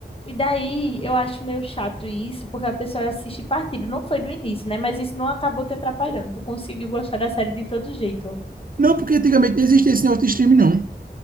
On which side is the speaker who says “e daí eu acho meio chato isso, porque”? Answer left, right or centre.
Left